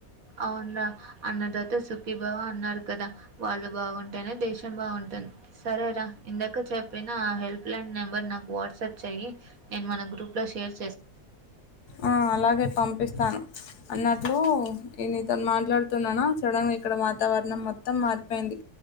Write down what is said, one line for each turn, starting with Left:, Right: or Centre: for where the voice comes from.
Right: అవును రా అన్నదాత సుఖీభవ అన్నారు కదా వాళ్ళు బావుంటేనే దేశం బావుం తున్ సరేరా ఇందాక చెప్పిన ఆ హెల్ప్ లైన్ నెంబర్ నాకు వాట్సాప్ చెయ్యి నేను మన గ్రూప్ లో షేర్స్
Left: ఆ అలాగే పంపిస్తాను అన్నట్లు ఈ నీతోని మాట్లాడుతున్నానా సడన్ గా ఇక్కడ వాతావరణం మొత్తం మారిపోయింది